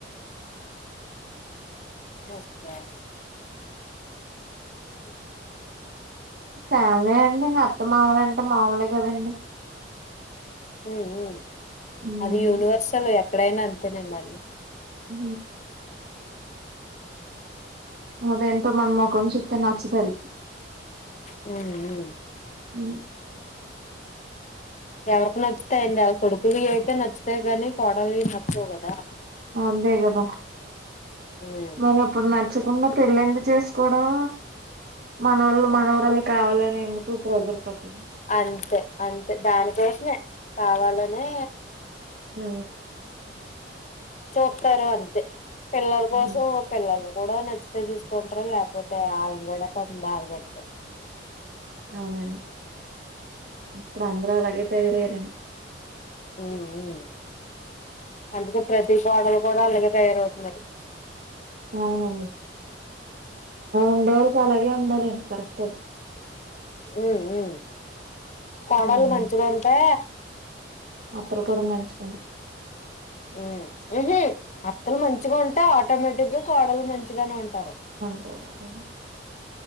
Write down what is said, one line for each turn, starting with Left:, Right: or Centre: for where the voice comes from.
Left: ఓకే <unintelligible>
Right: ఫ్యామిలీ అంటే ఇంక అత్త మామలు అంటే మాములే కదండి
Left: హ్మ్ హ్మ్
Right: ఉమ్
Left: అది యూనివర్సల్ ఎక్కడైనా అంతేనండి వాళ్ళు
Right: ఉ అది ఏంటో మా మొఖం చూస్తే నచ్చదాలికి
Left: హ్మ్ హ్మ్
Right: ఉ
Left: ఎవరికి నచ్చుతాయండి వాళ్ళ కొడుకులు అయితే నచ్చుతాయి గానీ కోడలువి నచ్చవు కదా
Right: అందే కదా
Left: ఉమ్
Right: మరి ఆ ప్పుడు నచ్చకుండా పెళ్లి ఎందు చేసుకోవడం మనవలు మనవరాళ్లు కావాలనే ఎందుకు ప్రెజర్ పట్టడం
Left: అంతే అంతే దానికోసమే కావాలనే
Right: ఆ
Left: చూపుతారు అంతే పిల్లల
Right: ఉమ్
Left: కోసం పిల్లలు కూడ నచ్చితే చూసుకుంటారు లేకపోతే ఆల్లని కూడా పాపం బాధపెడతారు
Right: అవునండి ఇప్పుడు అందరూ అలాగే తయారయారండి
Left: హ్మ్ అందుకే ప్రతి కోడలు కూడా అలాగే తయారవుతున్నారు
Right: <unintelligible> అలా ఉండే వాళ్ళకు అలాగే ఉండాలండి కరెక్టే అది
Left: ఉ ఉ కోడలు
Right: ఉమ్
Left: మంచిగా ఉంటే
Right: అత్తలు కూడా మంచిగా
Left: హ్మ్ ఉహ్ అత్తలు మంచిగా ఉంటే ఆటోమేటిక్ గా కోడలు మంచిగానే ఉంటారు.
Right: టహహ్